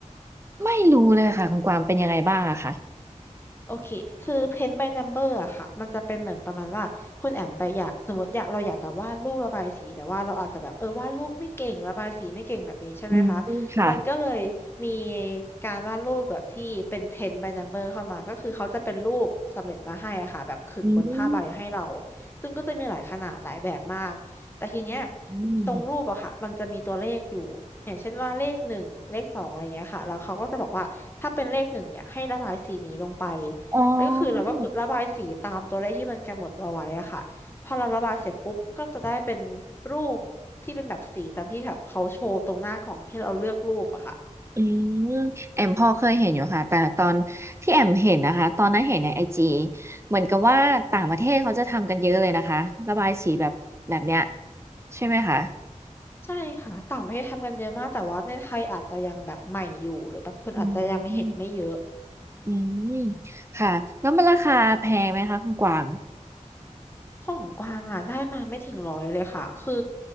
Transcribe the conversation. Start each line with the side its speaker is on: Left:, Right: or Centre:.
Right: ไม่รู้เลยค่ะคุณกวางเป็นยังไงบ้างอะคะ
Left: โอเคคือ paint by number อะค่ะมันจะเป็นเหมือนประมาณว่าคุณแอมไปอยากสมมติอยากเราอยากจะวาดรูประบายสีแต่ว่าเราอาจจะแบบเออวาดรูปไม่เก่งระบายสีไม่เก่งแบบนี้ใช่ไหมคะ
Right: อืมค่ะ
Left: มันก็เลยมีการวาดรูปแบบที่เป็น paint by number เข้ามาก็คือเขาจะเป็นรูปสำเร็จมาให้อะค่ะแบบขึงบนผ้าใบให้เรา
Right: อืม
Left: ซึ่งก็จะมีหลายขนาดหลายแบบมากแต่ทีเนี้ย
Right: อืม
Left: ตรงรูปอะค่ะมันจะมีตัวเลขอยู่อย่างเช่นว่าเลขหนึ่งเลขสองอะไรเงี้ยค่ะแล้วเขาก็จะบอกว่าถ้าเป็นเลขหนึ่งเนี่ยให้ระบายสีนี้ลงไป
Right: อ๋อ
Left: แล้วก็คือเราก็คือระบายสีตามตัวเลขที่มันกำหนดเอาไว้อะค่ะพอเราระบายเสร็จปุ๊บก็จะได้เป็นรูปที่เป็นแบบสีตามที่แบบเขาโชว์ตรงหน้ากล่องให้เราเลือกรูปอะค่ะ
Right: อืมแอมพอเคยเห็นอยู่ค่ะแต่ตอนที่แอมเห็นนะคะตอนนั้นเห็นในไอจีเหมือนกับว่าต่างประเทศเขาจะทำกันเยอะเลยนะคะระบายสีแบบแบบเนี้ยใช่ไหมคะ
Left: ใช่ค่ะต่างประเทศทำกันเยอะมากแต่ว่าในไทยอาจจะยังแบบใหม่อยู่หรือแบบคนอาจจะยังเห็นไม่เยอะ
Right: อืมอืมค่ะแล้วมันราคาแพงไหมคะคุณกวาง
Left: ของกวางอ่ะได้มาไม่ถึงร้อยเลยค่ะคือ